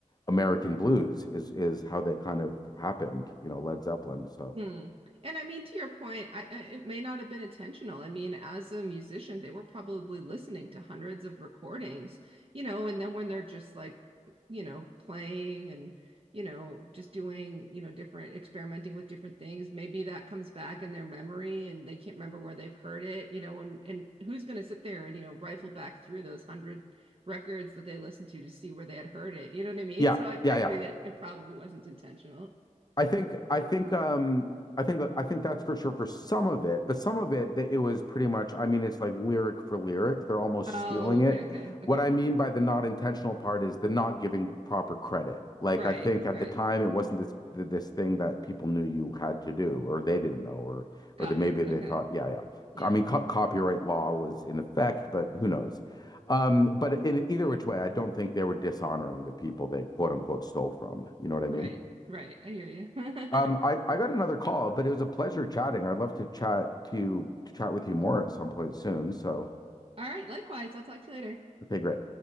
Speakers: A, on the left (about 30°); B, on the right (about 45°).
A: American blues is is how they kind of happened. You know, Led Zeppelin. So
B: Hmm. And I mean, to your point, I, I, it may not have been intentional. I mean, as a musician, they were probably listening to hundreds of recordings, you know, and then when they're just like, you know, playing and, you know, just doing, you know, different, experimenting with different things, maybe that comes back in their memory and they can't remember where they've heard it, you know, and and who's going to sit there and, you know, rifle back through those hundred records that they listened to to see where they had heard it. You know what I mean?
A: yeah,
B: <laughs> So I, I
A: yeah,
B: agree
A: yeah.
B: that it probably wasn't intentional.
A: I think I think um I think I think that's for sure for some of it, but some of it that it was pretty much I mean it's like lyric for lyric. They're almost
B: Oh,
A: stealing it.
B: okay, okay, okay.
A: What I mean by the not intentional part is the not giving proper credit. Like
B: Right,
A: I think at
B: right.
A: the time it wasn't this th- this thing that people knew you had to do or they didn't know or
B: Got
A: or that maybe
B: it.
A: they
B: Okay.
A: thought yeah yeah.
B: Yeah.
A: I mean co copyright law was in effect, but who knows. Um, but in either which way, I don't think they were dishonoring the people they quote unquote stole from. You know what I
B: Right,
A: mean?
B: right. I hear you.
A: Um, I,
B: <laughs>
A: I got another call, but it was a pleasure chatting. I'd love to chat to to chat with you more at some point soon. So,
B: All right. Likewise. I'll talk to you later.
A: okay, great.